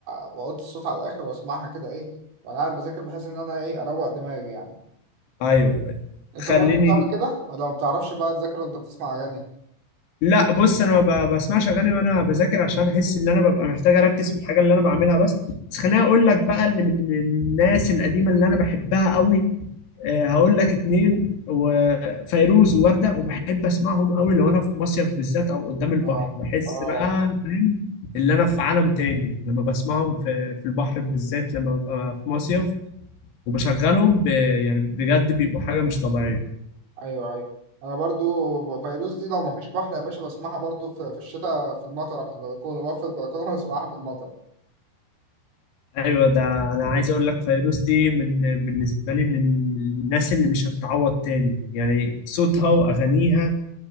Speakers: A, on the right; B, on the left.
A: واحط الصوت على الاخر واسمعها كده ايه وانا قاعد بذاكر بحيث ان انا ايه اروق دماغي يعني
B: ايوه ايوه
A: انت
B: خليني
A: برضو بتعمل كده ولا ما بتعرفش بقى تذاكر وانت بتسمع اغاني
B: لا بص انا ما ب- بسمعش اغاني وانا بذاكر عشان بحس ان انا ببقى محتاج اركز في الحاجه اللي انا بعملها بس بس خليني اقول لك بقى اللي من الناس القديمه اللي انا بحبها قوي آه، هقول لك اتنين وفيروز ووردة وبحب اسمعهم قوي لو انا في مصيف بالذات او قدام البحر
A: اه
B: بحس
A: اه
B: بقى فاهم اللي انا في عالم تاني لما بسمعهم في في البحر بالذات لما ببقى في مصيف وبشغلهم ب... يعني بجد بيبقوا حاجه مش طبيعيه
A: ايوه ايوه انا برضو فيروز دي لو ما فيش بحر يا باشا بسمعها برضو في, في الشتاء في المطر على البلكونه بقف في البلكونه <laughs> واسمعها في المطر
B: ايوه ده انا عايز اقول لك فيروز دي من بالنسبه لي من الناس اللي مش هتتعوض تاني يعني صوتها واغانيها